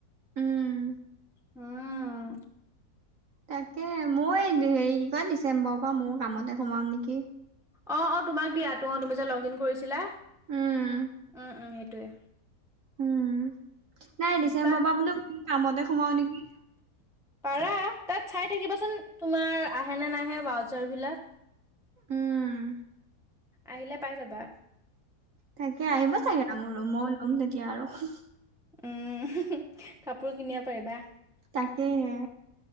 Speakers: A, on the right; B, in the centre.
A: উম
B: উম।
A: তাকে মই এই হেৰি কি কয় ডিচেম্বৰৰ পৰা মই কামতে সোমাম নেকি।
B: অ' অ' তোমাক দিয়া তোহ তুমি যে লগ ইন কৰিছিলা
A: উম
B: উম উম সেইটোৱে।
A: উম, নাই ডিচেম্বৰ
B: তাত
A: পৰা বোলো ম কামতে সোমাও নেকি।
B: পাৰা তাত চাই থাকিবচোন তোমাৰ আহে নে নাহে বাউচাৰ বিলাক।
A: উম।
B: আহিলে পাই যাবা।
A: তাকে আহিব চাগে মোৰো ময়ও ল'ম তেতিয়া আৰু।
B: উম, কাপোৰ কিনিব পাৰিবা।
A: তাকে হে।